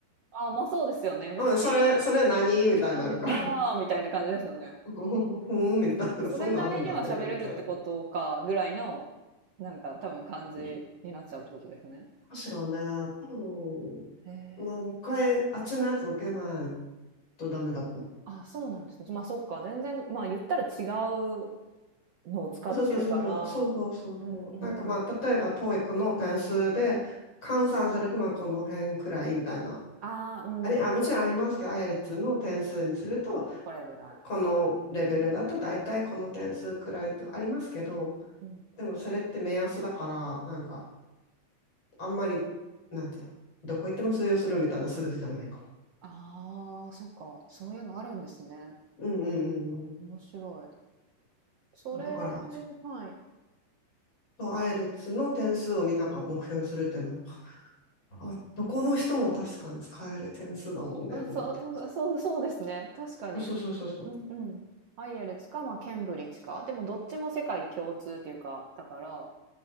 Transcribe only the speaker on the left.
うん、それ、それ何みたいになるから。
<laughs> ふーん、みたいな、
そういうのあるんだね、みたいな。
いいかしらね、多分、
まあ、もう一回、あっちのやつ受けないとダメだと思
う。そうそうそうそう、そうそうそうそう。
なんかまあ、例えば、トーイックの点数で換算すると、まあ、この辺くらいみたいな。
あれ、あ、もちろんありますけど、アイエルツの点数にすると、
このレベルだと大体この点数くらいってありますけど、
でもそれって目安だから、なんか、あんまり、なんていうの、どこ行っても通用するみたいな数字じゃないか
うんうんうんうん。
そう、だから、ちょっ
とアイエルツの点数をみんなが目標にするっていうのは、あ、どこの人も確かに使える点数だもんねと思って。
そうそうそうそうそう。